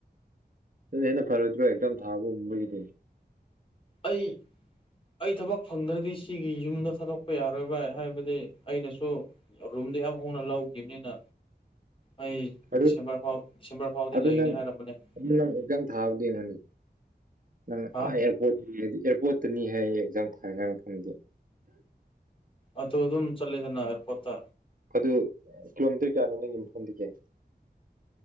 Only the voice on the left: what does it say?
ꯑꯩ ꯑꯩ ꯊꯕꯛ ꯐꯪꯗ꯭ꯔꯗꯤ ꯁꯤꯒꯤ ꯌꯨꯝꯗꯣ ꯊꯥꯗꯣꯛꯄ ꯌꯥꯔꯣꯏ ꯕꯥꯏ ꯍꯥꯏꯕꯗꯤ ꯑꯩꯅꯁꯨ ꯑꯔꯨ ꯌꯨꯝꯗ ꯌꯥꯝ ꯍꯣꯡ ꯂꯧꯒꯤꯕꯅꯤꯅ ꯑꯩ
ꯗꯤꯁꯦꯝꯕꯔ ꯐꯥꯎ ꯗꯤꯁꯦꯝꯕꯔ ꯐꯥꯎꯗꯤ
ꯂꯩꯒꯅꯤ
ꯍꯥꯏꯔꯝꯕꯅꯦ <inaudible>
ꯍꯥ
ꯑꯇꯣ ꯑꯗꯨꯝ ꯆꯠꯂꯦꯗꯅ ꯑꯦꯔꯄꯣꯠꯇ